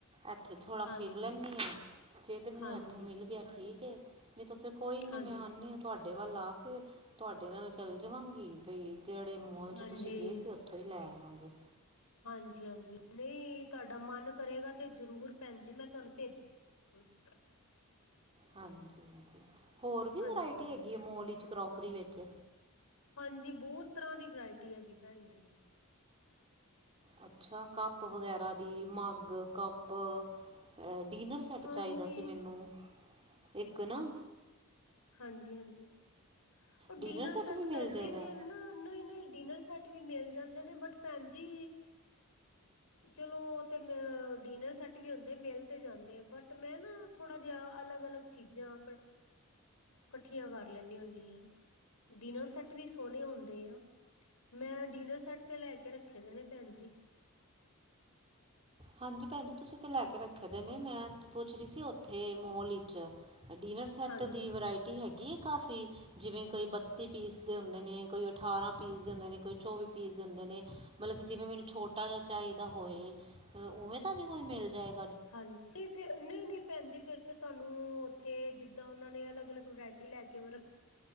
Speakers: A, on the right; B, on the left.
A: ਇੱਥੇ ਥੋੜਾ
B: ਹਾਂਜੀ,
A: ਫਿਰ ਲੈਂਨੀਂ ਹਾਂ, ਜੇ ਤੇ ਮੈਨੂੰ
B: ਹਾਂਜੀ,
A: ਇੱਥੋਂ ਮਿਲ ਗਿਆ, ਠੀਕ ਹੈ। ਨਹੀਂ ਤਾਂ ਫਿਰ ਕੋਈ ਨੀ
B: ਹਾਂਜੀ,
A: ਮੈਂ ਆਉਂਦੀ ਹਾਂ, ਤੁਹਾਡੇ ਵੱਲ ਆ ਕੇ ਤੁਹਾਡੇ ਨਾਲ ਚੱਲ ਜਾਵਾਂਗੀ ਬਈ ਜਿਹੜਾ। ਜੜੇ ਮੋਲ 'ਚ
B: ਹਾਂਜੀ।
A: ਤੁਸੀਂ ਗਏ ਸੀ, ਉੱਥੋਂ ਹੀ ਲੈ ਆਵਾਂਗੇ।
B: ਹਾਂਜੀ ਹਾਂਜੀ ਨਹੀਂ ਤੁਹਾਡਾ ਮਨ ਕਰੇਗਾ ਤੇ, ਜਰੂਰ ਭੈਣ ਜੀ ਮੈਂ ਤੁਹਾਨੂੰ ਭੇਜ। ਕੁਛ
A: ਹਾਂਜੀ ਹਾਂਜੀ ਹੋਰ ਵੀ
B: ਹਾਂਜੀ
A: ਵਰਾਇਟੀ
B: ਭੈਣ
A: ਹੈਗੀ
B: ਜੀ।
A: ਹੈ, ਮੋਲ 'ਵਿਚ ਕਰੋਕਰੀ ਵਿੱਚ।
B: ਹਾਂਜੀ ਬਹੁਤ ਤਰ੍ਹਾਂ ਦੀ ਵਰਾਇਟੀ ਹੈਗੀ, ਭੈਣ ਜੀ।
A: ਅੱਛਾ ਕੱਪ ਵਗੈਰਾ ਦੀ ਮੱਗ-ਕੱਪ ਆਹ ਡੀਨਰ ਸੈੱਟ
B: ਹਾਂਜੀ।
A: ਚਾਹੀਦਾ ਸੀ ਮੈਨੂੰ, ਇੱਕ ਨਾ
B: ਹਾਂਜੀ-ਹਾਂਜੀ ਓ
A: ਡਿਨਰ
B: ਡੀਨਰ ਸੈੱਟ
A: ਵੀ ਮਿਲ
B: ਪੈਣ
A: ਜਾਏਗਾ
B: ਜੀ ਫੇਰ ਨਾ-ਨਾ-ਨਾ ਡੀਨਰ ਸੈਟ ਵੀ ਮਿਲ ਜਾਂਦੇ ਨੇਂ, ਬਟ ਭੈਣ ਜੀ! ਚਲੋ! ਤੇ ਮ, ਡੀਨਰ ਸੈੱਟ ਵੀ ਹੁੰਦੇ। ਮਿਲ ਤੇ ਜਾਂਦੇ ਐਂ। ਬਟ, ਮੈਂ ਨਾ ਥੋੜਾ ਜਿਹਾ, ਅਲੱਗ ਅਲੱਗ ਚੀਜ਼ਾਂ। ਕੱਠੀਆਂ ਕਰ ਲੈਂਣੀ ਹੁੰਨੀਂ ਹਾਂ। ਡਿਨਰ ਸੈੱਟ ਵੀ ਸੋਹਣੇ ਹੁੰਦੇ ਆਂ। ਮੈਂ ਡਿਨਰ ਸੈੱਟ ਤੇ ਲੈ ਕੇ ਰੱਖੇ ਦੇ ਨੇ ਭੈਣ ਜੀ।
A: ਹਾਂਜੀ ਭੈਣ ਜੀ! ਤੁਸੀਂ ਤੇ ਲੈ ਕੇ ਰੱਖੇ ਦੇ ਨੇਂ। ਮੈਂ ਤੇ ਪੁੱਛ ਰਹੀ ਸੀ ਉੱਥੇ, ਮੋਲ ਵਿੱਚ। ਡਿਨਰ ਸੈੱਟ
B: ਹਾਂਜੀ।
A: ਦੀ ਵਰਾਇਟੀ ਹੈਗੀ ਆ ਕਾਫੀ ਜਿਵੇਂ ਕੋਈ ਬੱਤੀ ਪੀਸ? ਦੇ ਹੁੰਦੇ ਨੇ ਕੋਈ ਅਠਾਰਾਂ ਪੀਸ ਦੇਂਦੇ ਹੁੰਦੇ ਨੇ, ਕੋਈ ਚੌਵੀ ਪੀਸ ਦੇਂਦੇ ਨੇ, ਮਤਲਬ ਕਿ ਜਿਵੇਂ ਮੈਨੂੰ ਛੋਟ। ਆਟਾ ਜਿਵੇੰ ਦਾ ਚਾਹੀ ਦਾ ਹੋਏ, ਉਵੇਂ ਦਾ ਵੀ ਕੋਈ ਮਿਲ ਜਾਏ।
B: ਹਾਂਜੀ, ਨਹੀਂ ਫਿਰ ਨਹੀਂ ਨਹੀਂ ਭੈਣ ਜੀ ਫੇਰ ਤਾਂ ਤੁਹਾਨੂੰ। ਉੱਥੇ ਜਿੱਦਾਂ ਉਹਨਾਂ ਨੇ ਅਲੱਗ ਅਲੱਗ, ਵਰਾਇਟੀ ਲੈ ਕੇ ਰੱਖ।